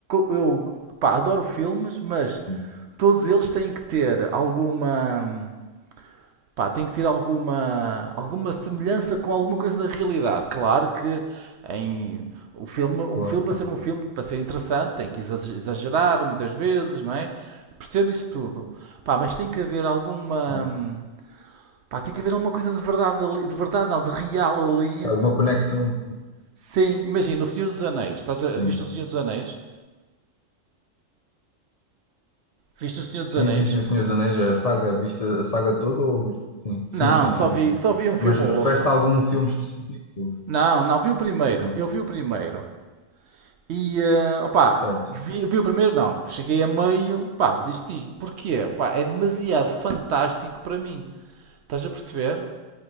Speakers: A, on the right (about 65°); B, on the left (about 70°).
A: eu, pá, adoro filmes, mas
B: sim.
A: todos eles têm que ter alguma, hum, Pá, tem que ter alguma, alguma semelhança com alguma coisa da realidade. Claro que em o filme, um
B: Claro,
A: filme para
B: claro,
A: ser um filme, para ser interessante, tem que exa- exagerar muitas vezes, não é? Percebo isso tudo. Pá, mas tem que haver alguma,
B: claro.
A: hum, pá, tem que haver alguma coisa de verdade ali, de verdade não, de real ali.
B: Se há alguma conexão.
A: Sim, imagina, o Senhor dos Anéis. Estás a,
B: Sim.
A: viste o Senhor dos Anéis? Viste o Senhor dos
B: Sim,
A: Anéis?
B: sim, sim. O Senhor dos Anéis, a saga, viste a saga toda? Ou... Sim, sim,
A: Não,
B: sim,
A: só
B: sim,
A: vi,
B: sim.
A: só vi um filme
B: Mas refere-te
A: ou outro.
B: a algum filme específico?
A: Não, não, vi o primeiro.
B: Ok,
A: Eu vi o primeiro. E, eh, opá,
B: certo.
A: vi, vi o primeiro, não. Cheguei a meio, pá, desisti. Porquê? Pá, é demasiado fantástico para mim. Estás a perceber?